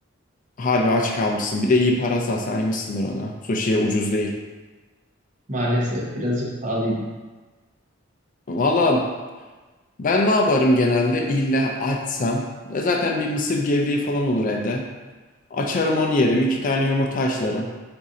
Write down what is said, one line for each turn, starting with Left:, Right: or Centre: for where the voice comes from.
Left: harbi aç kalmışsın. Bir de iyi para saymışsındır ona. Sushi'ye ucuz değil.
Right: Maalesef birazcık pahalıydı.
Left: Valla ben ne yaparım genelde? İlla açsam. E Zaten bir mısır gevreği falan olur evde. Açarım onu yerim. iki tane yumurta haşlarım.